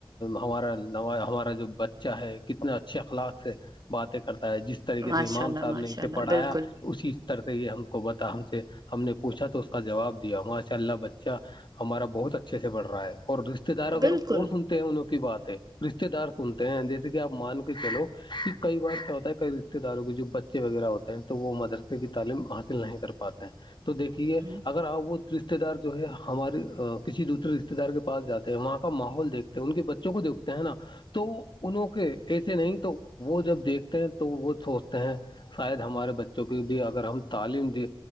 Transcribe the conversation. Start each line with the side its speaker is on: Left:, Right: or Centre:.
Left: ہمارا ہمارا جو بچہ ہے کتنے اچھے اخلاق سے باتیں کرتا ہے جس طریقے
Right: ماشاء
Left: سے امام
Right: اللہ
Left: صاحب
Right: ماشاء
Left: نے اسے
Right: اللہ
Left: پڑھایا
Right: بالکل
Left: اسی ر سے یہ ہم کو بتا ہم سے ہم نے پوچھا تو اس کا جواب دیا ماشاء اللہ ب ا ہمارا بہت اچھے سے بڑ رہا ہے اور رشتے دار اگر
Right: بالکل
Left: اور سن ہیں انوں کی باتیں رشتے دار سنتے ہیں جیسے کہ آپ مان کے چلو کہ کئی بار کیا ہوتا ہے کئی رشتے رشتے داروں کے جو بچے وغیرہ ہوتے ہیں تو وہ مدرسے کی تعلیم حاصل نہیں کر پاتے ہیں تو دیکھیے
Right: ہم،
Left: اگر آپ وہ رشتے دار جو ہے ہمارے کسی دوسے رشتے دار کے پاس جاتے ہیں وہاں کا ماحول دیکھتے ہیں ان کے بچوں کو دیکھتے ہیں نا تو انوں کے ایسے نہیں تو وہ جب دیکھتے ہیں تو وہ سوچتے ہیں شاید ہمارے بچوں کی بھی اگر ہم تعلیم دی